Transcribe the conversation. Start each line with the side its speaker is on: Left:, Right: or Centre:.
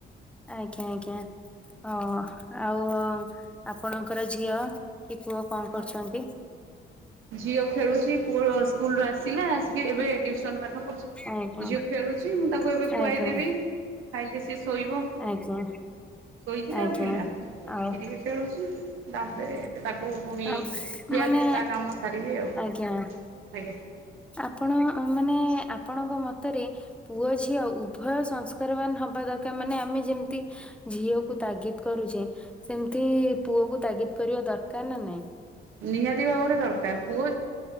Centre: ଆଜ୍ଞା ଆଜ୍ଞା। ଓ ଆଉ ଆପଣଙ୍କର ଝିଅ? ପୁଅ କଣ
Right: ହଁ
Centre: କରୁଚନ୍ତି?
Right: ଝିଅ ଖେଳୁଚି ପୁଅ ସ୍କୁଲୁ ଆସିଲା ଆସି କି ଏବେ ଟିୟୁସନ ପାଠ କରୁ
Centre: ଆଜ୍ଞା
Right: ଝିଅ ଖେଳୁଚି ମୁଁ ତାକୁ ଏବେ ଖୁଆଇଦେବି
Centre: ଆଜ୍ଞା
Right: ଖାଇଲେ ସିଏ ଶୋଇବ।
Centre: ଆଜ୍ଞା
Right: ଶୋଇଥିଲା
Centre: ଆଜ୍ଞା।
Right: ଉଠିଲା ଉଠିକି
Centre: ଆଉ
Right: ଟିକେ ଖେଳୁଚି ତାପରେ ତାକୁ ପୁଣି
Centre: ଆଉ
Right: ଖିଆପିଆ
Centre: ମାନେ
Right: ତା କାମ ସାରିବି ଆଉ।
Centre: ଆଜ୍ଞା।
Right: ଆଜ୍ଞା।
Centre: ଆପଣ ଅ ମାନେ ଆପଣଙ୍କ ମତରେ ପୁଅ ଝିଅ ଉଭୟ ସଂସ୍କାରବାନ ହବ ବା ଦରକାର ମାନେ ଆମେ ଯେମତି ଝିଅକୁ ତାଗିଦ କରୁଚେ ସେମତି ପୁଅକୁ ତାଗିଦ କରିବା ଦରକାର ନା ନାଇଁ?
Right: ନିହାତି ଭାବରେ ଦରକାର ପୁଅ